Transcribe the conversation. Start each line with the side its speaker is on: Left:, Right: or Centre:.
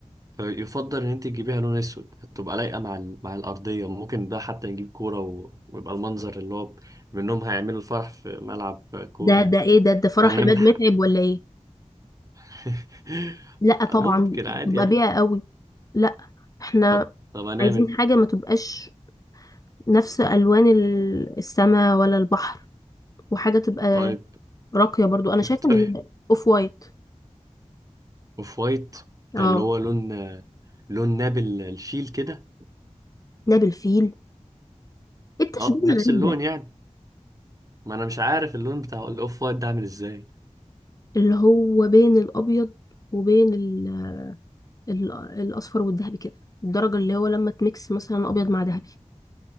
Right: فيفضل ان انت تجيبيها لون اسود هتبقى لايقة مع ال- مع الارضية ممكن بقى حتى نجيب كورة و- ويبقى المنظر اللي هو منهم هيعملوا الفرح في ملعب كورة
Left: ده
Right: يعني
Left: ده ايه ده ده فرح
Right: فنعمل
Left: عماد متعب ولا ايه
Right: <laughs>
Left: لا طبعا
Right: ممكن عادي
Left: تبقى
Right: يعني
Left: بيئة قوي لا احنا
Right: طب طب هنعمل
Left: عايزين
Right: إيه؟
Left: حاجة ما تبقاش نفس الوان السماء ولا البحر وحاجة تبقى
Right: طيب
Left: راقية برضو انا شايفة
Right: اقترح
Left: ان اوف وايت
Right: اوف وايت
Left: اه
Right: ده اللي هو لون لون نابل الشيل كده
Left: ده بالفيل إيه التشبيه
Right: اه نفس
Left: الغريب
Right: اللون
Left: ده
Right: يعني ما انا مش عارف اللون بتاع الاوف وايت ده عامل ازاي
Left: اللي هو بين الابيض وبين ال- ال- الاصفر والذهبي كده الدرجه اللي هو لما تميكس مثلا ابيض مع ذهبي